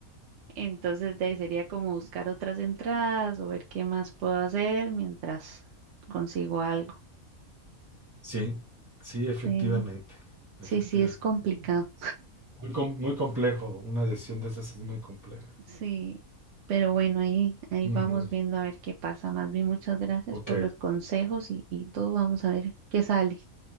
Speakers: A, on the right (about 65°); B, on the right (about 20°).
A: Entonces de ahí sería como buscar otras entradas o ver qué más puedo hacer mientras consigo algo.
B: Sí, sí, efectivamente,
A: Sí,
B: efectivamente.
A: sí, sí, es complicado.
B: Muy, com- muy complejo, una decisión de esas es muy compleja.
A: Sí, pero bueno, ahí, ahí
B: Ujú,
A: vamos viendo a ver qué pasa. Más bien, muchas gracias
B: Ok,
A: por los consejos y, y todo. Vamos a ver qué sale.